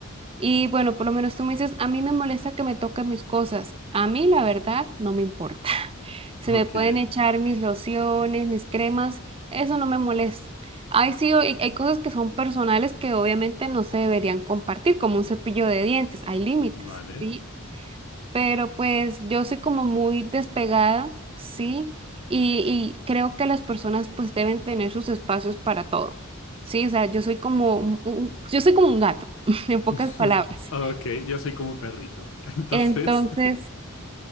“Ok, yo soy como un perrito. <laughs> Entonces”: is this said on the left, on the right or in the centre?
Left